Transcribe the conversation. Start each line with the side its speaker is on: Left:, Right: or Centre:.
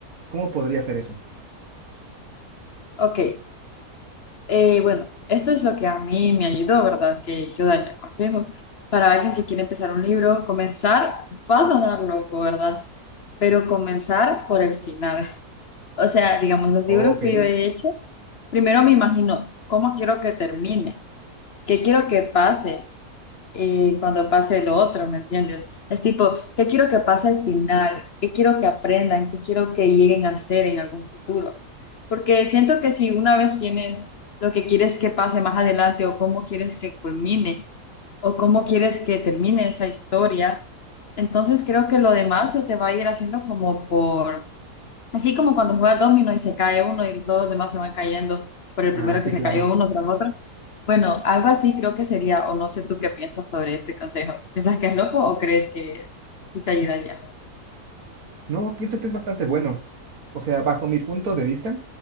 Right: ¿Cómo podría hacer eso?
Left: Ok. Eh, bueno, esto es lo que a mí me ayudó, ¿verdad? Que yo daría consejos para alguien que quiere empezar un libro, comenzar, va a sonar loco, ¿verdad? Pero comenzar por el final. <laughs> O sea, digamos, los libros
Right: Oh, ok.
Left: que yo he hecho, primero me imagino cómo quiero que termine, qué quiero que pase, eh, cuando pase lo otro, ¿me entiendes? Es tipo, ¿qué quiero que pase al final? ¿Qué quiero que aprendan? ¿Qué quiero que lleguen a ser en algún futuro? Porque siento que si una vez tienes lo que quieres que pase más adelante o cómo quieres que culmine o cómo quieres que termine esa historia, entonces creo que lo demás se te va a ir haciendo como por Así como cuando juega domino y se cae uno y todos los demás se van cayendo por el
Right: Ah,
Left: primero
Right: sí,
Left: que se
Right: claro.
Left: cayó uno tras otro. Bueno, algo así creo que sería, o no sé tú qué piensas sobre este consejo. ¿Piensas que es loco o crees que sí te ayudaría?
Right: No, pienso que es bastante bueno. O sea, bajo mi punto de vista,